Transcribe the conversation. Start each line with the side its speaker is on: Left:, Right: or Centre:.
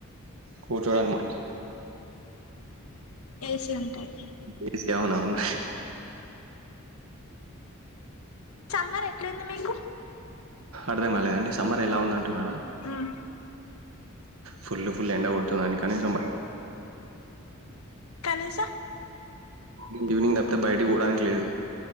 Right: హోడ్రాయి మంచిది
Left: ఏసీ ఉంటాయ్
Right: ఏసి అవునా అవును
Left: చమ్మర్ ఎట్లుంది మీకు
Right: అర్థం కాలేదండి సమ్మర్ ఎలా ఉంద అంటున్నారా
Left: ఉమ్
Right: ఫుల్ ఫుల్ ఎండ కొడుతుందని కానీ కనీస
Left: కనీసా
Right: ఇంక ఈవినింగ్ తప్తే బయటకి పోవడానికి లేదు